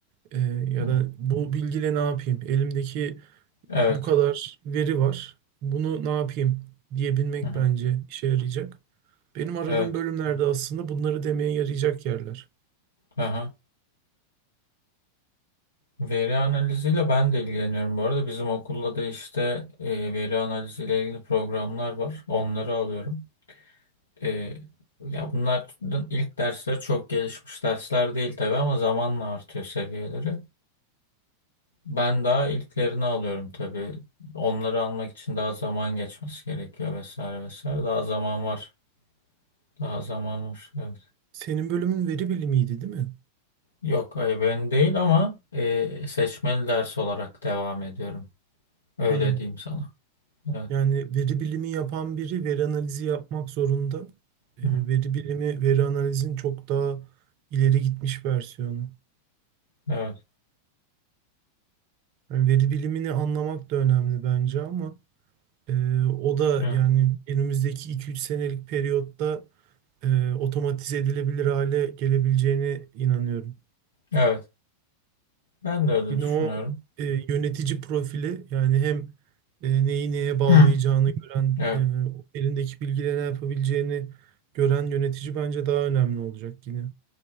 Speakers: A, on the right; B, on the left.
A: e, ya
B: Hı hı.
A: da bu bilgiyle ne yapayım? Elimdeki
B: Evet.
A: bu kadar veri var. Bunu ne yapayım diyebilmek
B: Hı hı. Evet.
A: bence
B: Hı hı.
A: işe yarayacak. Benim aradığım
B: Evet.
A: bölümlerde aslında bunları demeye yarayacak yerler.
B: Aha. Veri analiziyle ben de ilgileniyorum. Bu arada bizim okulda da işte e, veri analiziyle ilgili programlar var. Onları alıyorum. E, ya bunların ilk dersleri çok gelişmiş dersler değil tabii ama zamanla artıyor seviyeleri. Ben daha ilklerini alıyorum tabii. Onları almak için daha zaman geçmesi gerekiyor vesaire vesaire. Daha zaman var. Daha zaman var. Evet.
A: Senin bölümün veri bilimiydi, değil mi?
B: Yok, hayır ben değil ama e, seçmeli ders olarak devam ediyorum. Öyle
A: Hı.
B: diyeyim sana. Evet.
A: Yani veri bilimi yapan biri veri analizi yapmak zorunda. E,
B: Hı-hı.
A: Veri bilimi, veri analizin çok daha ileri gitmiş versiyonu.
B: Evet.
A: Yani veri bilimini anlamak da önemli bence ama e, o da
B: Evet.
A: yani önümüzdeki iki üç senelik periyotta e, otomatize edilebilir hale gelebileceğine inanıyorum.
B: Evet. Ben de öyle
A: Yine
B: düşünüyorum.
A: o e, yönetici profili yani hem e, neyi neye bağlayacağını
B: Hı.
A: gören,
B: Evet.
A: e, elindeki bilgiyle ne yapabileceğini gören yönetici bence daha önemli olacak yine.